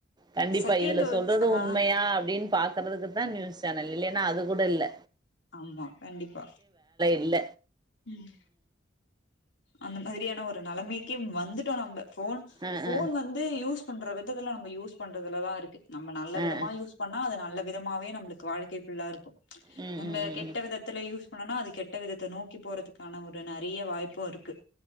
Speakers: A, on the right; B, on the left.
A: கண்டிப்பா
B: செகண்ட்
A: இதுல
B: ஒரு
A: சொல்றது
B: ஆ
A: உண்மையா அப்படின் பாக்குறதுக்கு தா நியூஸ் சேனல் இல்லைன்னா அது கூடல்ல
B: ஆமா கண்டிப்பா
A: இல்ல
B: ம் அந்த மாரியான ஒரு நெலமைக் கிம் வந்துட்டோ நம்ம ஃபோன்
A: ஆ
B: ஃபோன்
A: ஆ
B: வந்து யூஸ் பண்ற விததெல்லா நம்ம யூஸ் பண்றதுலதா இருக்கு நம்ம நல்ல
A: ஆ
B: விதமா
A: ஆ
B: யூஸ் பண்ணா அது நல்ல விதமாவே நம்ளுக் வாழ்க்கை ஃபுல்லா இருக்கும்
A: ம்
B: நம்ம
A: ம் ம்
B: கெட்ட
A: ம்
B: விதத்ல யூஷ் னனா அது கெட்ட விதத்த நோக்கி போறதுக்கான ஒரு நெறயா வாய்ப்பும் இருக்கு